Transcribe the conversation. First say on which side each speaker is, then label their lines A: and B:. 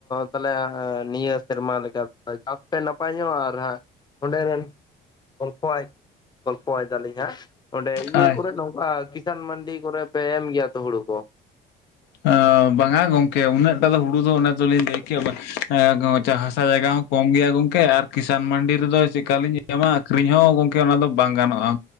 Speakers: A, on the left; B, on the left.
A: ᱛᱟᱞᱮ ᱱᱤᱭᱟᱹ ᱥᱮᱨᱢᱟ ᱞᱮᱠᱟ ᱪᱟᱥ ᱯᱮ ᱱᱟᱯᱟᱭᱼᱼ ᱟᱨ ᱦᱟᱸᱜ ᱚᱸᱰᱮ ᱨᱮᱱ ᱜᱚᱞᱯᱷᱚ ᱟᱡᱼᱼ ᱜᱚᱞᱯᱚᱭ ᱫᱟᱞᱤᱧ ᱦᱟᱸᱜ ᱚᱸᱰᱮ ᱤᱭᱟᱹ
B: ᱟᱪ
A: ᱠᱚᱨᱮ ᱱᱚᱝᱠᱟ ᱠᱤᱥᱟᱱ ᱢᱟᱱᱰᱤ ᱠᱚᱨᱮ ᱯᱮ ᱮᱢ ᱜᱮᱭᱟ ᱛᱚ ᱦᱩᱲᱩ ᱠᱚᱼᱼ <inaudible>
B: ᱟᱸ ᱵᱟᱝᱟ ᱜᱚᱝᱠᱮ ᱩᱱᱟᱹᱜ ᱴᱟ ᱫᱚ ᱦᱩᱲᱩ ᱫᱚ ᱚᱱᱟ ᱫᱚᱞᱤᱧ ᱞᱟᱹᱭᱠᱮᱭᱟ ᱜ ᱦᱟᱥᱟ ᱡᱟᱭᱜᱟ ᱦᱚᱸ ᱠᱚᱢ ᱜᱮᱭᱟ ᱜᱚᱝᱠᱮ ᱟᱨᱼᱼ ᱠᱤᱥᱟᱱ ᱢᱟᱱᱰᱤ ᱨᱮᱫᱚ ᱪᱮᱫᱠᱟᱞᱤᱧ ᱮᱢᱟ ᱟᱹᱠᱷᱨᱤᱧ ᱦᱚᱸ ᱜᱚᱢᱠᱮ ᱚᱱᱟ ᱫᱚ ᱵᱟᱝ ᱜᱟᱱᱚᱜᱼᱟ᱾